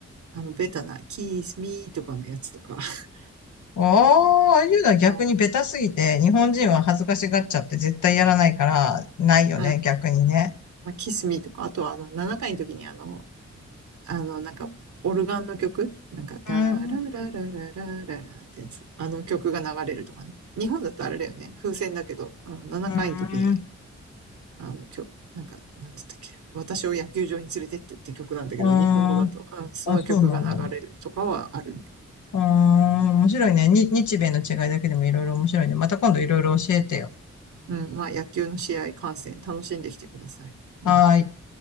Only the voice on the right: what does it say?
あの、ベタな、キスミーとかのやつとか、<laughs>
うん、うん、
ま
あ、キスミーとか、あとはあの、7回の時にあの、あの、なんか、オルガンの曲なんか、タラララララララってやつ。
あの曲が流れるとかね。日本だとあれだよね。風船だけど、うん、7回の時に、
あの、曲、なんか、なんだったっけ。私を野球場に連れてってって曲なんだけど、
日本語だと、うん、その曲が流れるとかはあるね。
うん、まあ野球の試合観戦楽しんできてください。
うん。